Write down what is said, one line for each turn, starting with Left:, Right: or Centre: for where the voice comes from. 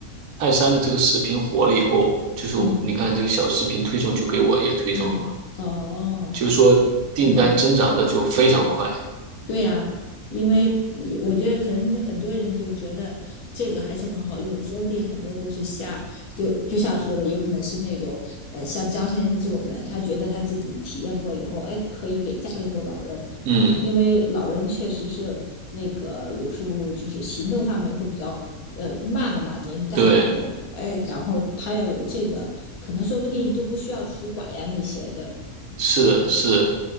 Right: 泰山的这个视频火了以后，就是你看这个小视频推送就给我也推送了嘛，
Left: 嗯嗯哦，
Right: 就是说订单增长的就非常快。
Left: 对，对呀、啊因为你我觉得可能就很多人就觉得这个还是很好用，说不定很多都是下就就像说的，有可能是那种呃像张先生这种人，他觉得他自己体验过以后，哎，可以给家里头老人，
Right: 嗯，
Left: 因为老人确实是那个有时候就是行动上面会比较呃慢了嘛，年龄大了以后，
Right: 对。
Left: 哎，然后他要有这个，可能说不定就不需要拄拐呀那些的，
Right: 是是，